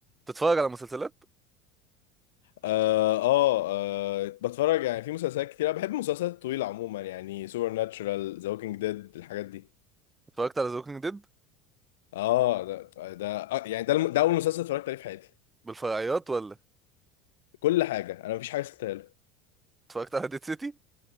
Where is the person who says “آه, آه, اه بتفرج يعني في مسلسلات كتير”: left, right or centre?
Left